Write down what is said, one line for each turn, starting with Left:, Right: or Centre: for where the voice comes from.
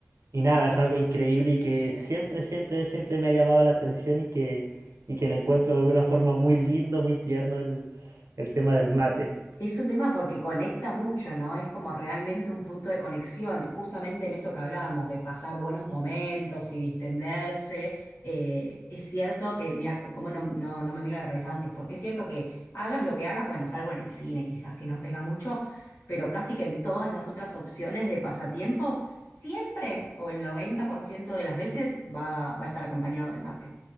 Right: y nada, es algo increíble y que siempre, siempre, siempre me ha llamado la atención y que, y que lo encuentro de alguna forma muy lindo, muy tierno el, el tema del mate.
Left: Es un tema porque conecta mucho, ¿no? Es como realmente un punto de conexión, justamente en esto que hablábamos de pasar buenos momentos y distenderse. eh, es cierto que, mira, como no, no, no me miro a la cabeza antes, porque es cierto que hagas lo que hagas, bueno, salvo en el cine quizás que no pega mucho, pero casi que en todas las otras opciones de pasatiempos, siempre o el 90% de las veces va, va a estar acompañado del mate.